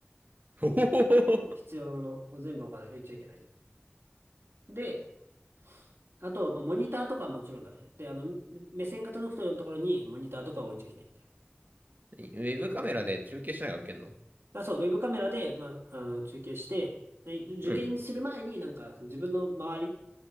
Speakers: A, on the right (about 45°); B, on the right (about 80°).
A: <laughs> ほほほほ
B: 必要なものを全部置かない、置いちゃいけない。で、あと、まあ、モニターとかはもちろんダメ。で、あの、目線が届くようなところにモニターとか置いちゃいけないみたいな。
A: ウェブカメラで中継しながら受けんの
B: こういう。あ、そう、ウェブカメラで、まあ、あの、中継して、はい受験する前になんか自分の周り
A: うん。